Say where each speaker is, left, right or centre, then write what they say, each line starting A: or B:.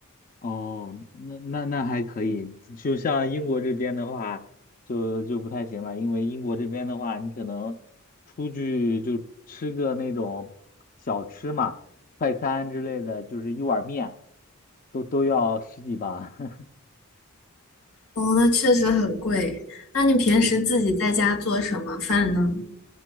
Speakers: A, on the left; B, on the left.
A: 哦，那那那还可以，就像英国这边的话，就就不太行了，因为英国这边的话，你可能出去就吃个那种小吃嘛，快餐之类的，就是一碗面，都都要十几吧。<laughs>
B: 哦，那确实很贵。那你平时自己在家做什么饭呢？
A: 对